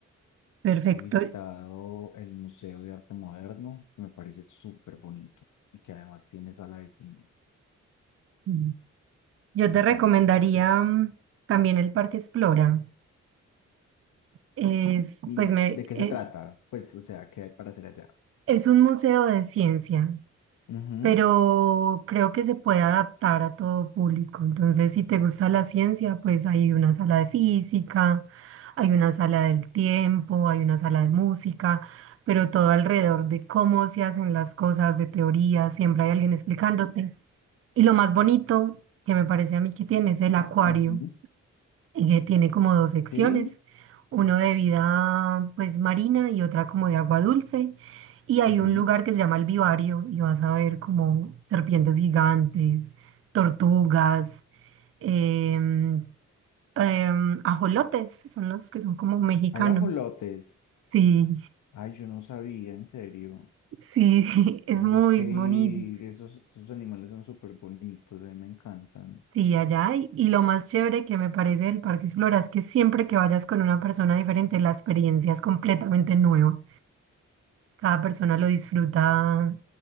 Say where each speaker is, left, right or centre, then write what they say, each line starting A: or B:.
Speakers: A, on the right; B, on the left.
A: Perfecto.
B: He visitado el Museo de Arte Moderno, que me parece súper bonito y que además tiene sala de cine.
A: Mm. Yo
B: Me
A: te
B: parece
A: recomendaría
B: súper.
A: mm, también el Parque Explora. Es,
B: ¿Y
A: pues me,
B: de qué
A: eh,
B: se trata? Pues, o sea, ¿qué hay para hacer allá?
A: es un museo de ciencia.
B: Ujú,
A: pero creo que se puede adaptar a todo público. Entonces, si te gusta la ciencia, pues hay una sala de física, hay una sala del tiempo, hay una sala de música, pero todo alrededor de cómo se hacen las cosas, de teoría, siempre hay alguien explicándote. Y lo más bonito que me parece a mí que tiene es el acuario.
B: ujú.
A: Ella tiene como dos secciones,
B: Sí,
A: uno de vida pues marina y otra como de agua dulce. Y hay
B: ujú.
A: un lugar que se llama el Vivario y vas a ver como serpientes gigantes, tortugas, em, em, ajolotes, son los que son como mexicanos.
B: Hay ajolotes.
A: Sí,
B: Ay, yo no sabía, en serio.
A: sí, <laughs> es
B: Tengo
A: muy
B: que
A: bonito.
B: ir. Esos, esos animales son súper bonitos, a mí me encantan.
A: Sí, allá hay. Y lo más chévere que me parece del Parque Explora es que siempre que vayas con una persona diferente, la experiencia es completamente nueva. cada persona lo disfruta